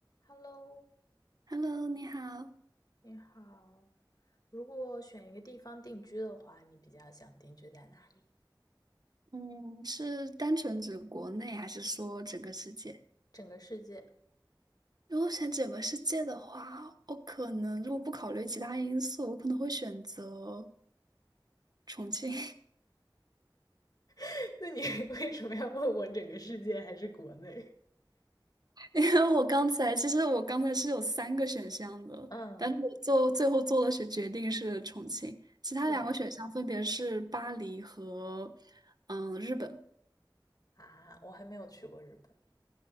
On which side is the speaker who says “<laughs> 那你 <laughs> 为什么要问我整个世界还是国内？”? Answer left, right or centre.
Left